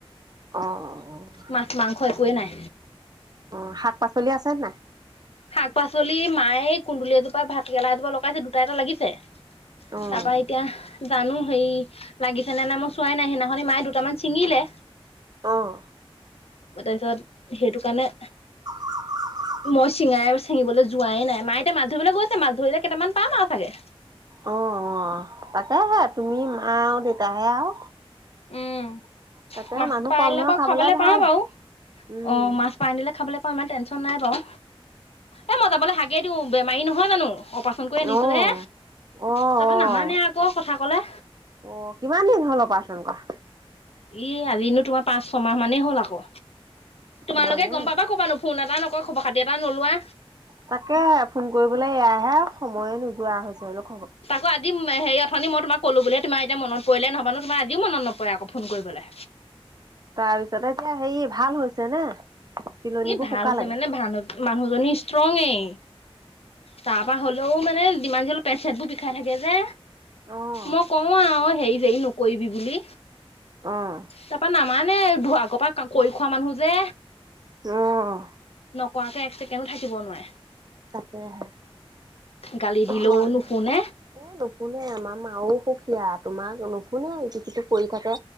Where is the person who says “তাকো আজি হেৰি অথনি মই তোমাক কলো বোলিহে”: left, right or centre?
Left